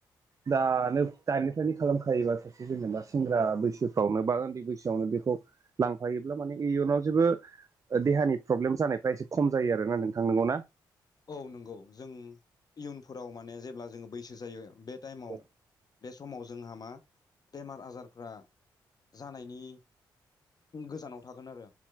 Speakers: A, on the right; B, on the left.
A: दानो दानिनिफ्रायनो खालामखायोबा सासे जेनेबा सेंग्रा बैसोफ्रावनो बा उन्दै बैसो <unintelligible> बेखौ लांफायोब्ला माने इयुनाव जेबो देहानि प्रब्लेम जानायफ्रा एसे खम जायो आरोना नोंथां नोंगौ ना?
B: औ नंगौ जों इयुनफोराव माने जेब्ला जोङो बैसो जायो बे टाइमाव
A: औ
B: बे समाव जोंहा मा बेमार आजारफ्रा जानायनि गोजानाव थागोन आरो